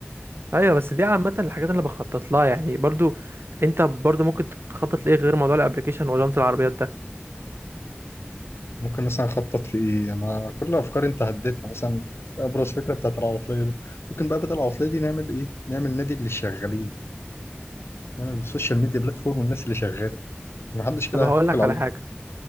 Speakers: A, on the right (about 70°); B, on the left (about 85°).
A: ايوه بس دي عامه الحاجات اللي بخطط لها يعني برضو انت برضو ممكن تخطط لايه غير موضوع الابليكيشن وجنط العربيات ده
B: ممكن مثلا أخطط في إيه أنا كل أفكاري أنت هديتها مثلا أبرز فكرة بتاعت العواطلية دي ممكن بقى بدل العواطلية دي نعمل إيه نعمل نادي للشغالين نعمل السوشيال ميديا بلاتفورم والناس اللي شغالة محدش كده
A: طب هقول
B: هيحفل
A: لك
B: علينا
A: على حاجه